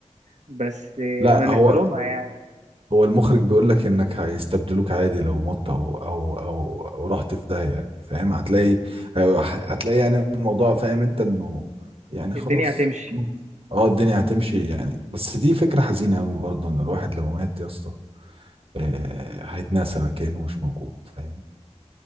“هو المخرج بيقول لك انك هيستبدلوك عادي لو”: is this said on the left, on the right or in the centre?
Right